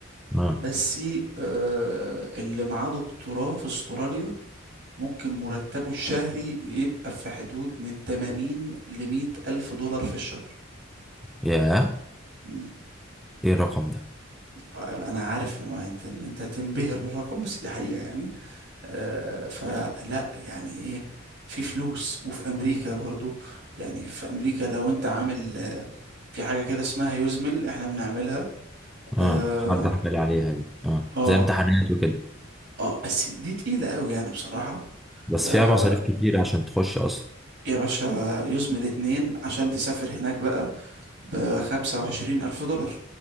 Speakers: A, in the centre; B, on the right.
A: اه
B: بس آه، اللي معاه دكتوراه في استراليا ممكن مرتبه الشهري يبقى في حدود من 80 ل 100 الف دولار في الشهر
A: يا
B: مم.
A: ايه الرقم ده
B: آه، انا عارف ما انت إن انت هتنبهر بالرقم بس دي حقيقة يعني آه، فلا يعني ايه في فلوس وفي امريكا برضو يعني في امريكا لو انت عامل آه، في حاجة كده اسمها يوزمل احنا بنعملها
A: اه
B: اه
A: حد حكى لي عليها دي اه
B: اه,
A: زي امتحانات وكده
B: آه بس دي تقيلة قوي يعني بصراحة
A: بس
B: آه
A: فيها مصاريف كتير عشان تخش اصلا
B: يا باشا يوزمل اتنين عشان تسافر هناك بقى بخمسة وعشرين ألف دولار